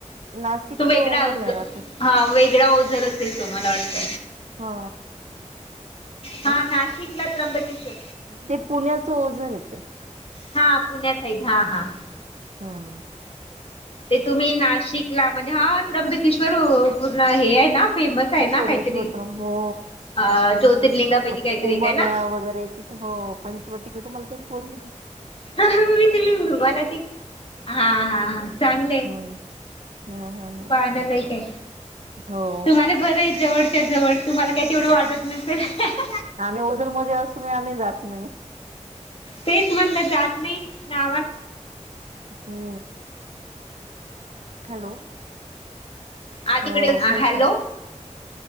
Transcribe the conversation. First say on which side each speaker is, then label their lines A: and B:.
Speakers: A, on the right (about 65°); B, on the left (about 50°).
A: नाशिकच्या
B: तू वेगळा
A: ओझरला राहतो.
B: हा वेगळाया ओझर त मला वाटत.
A: हा.
B: हा
A: अं?
B: नाशिकला त्र्यंबकेश्वर
A: ते पुण्याच ओझर येते.
B: हा पुण्या साईड हा हा.
A: हा
B: ते तुम्ही नाशिकला म्हणजे हा त्र्यंबकेश्वर पूर्ण हे आहे ना फेमस आहे ना
A: सोमेश्वर
B: काहीतरी
A: तर हो.
B: अ ज्योतिर्लिंगापैकी
A: आ
B: काहीतरी
A: कुंभमेळा
B: एक आहे ना
A: वगैरे तिथं हो पंचवटी मी तुम्हाला तेच बोल
B: हा ममी तुम्ही मला ते हा हा चांगलं.
A: हं. हं, हं,
B: पाहण्यालाय
A: हं.
B: काय,
A: हो.
B: तुम्हाला बरं आहे जवळच्या जवळ तुम्हाला काही तेवढं वाटत न ह <unintelligible>
A: आम्ही ओझरमध्ये असून आम्ही जात नाही.
B: तेच म्हणलं जात नाही नावा
A: हो. हॅलो!
B: ऊ तिकडे
A: हो तेच
B: हॅलो!
A: ना.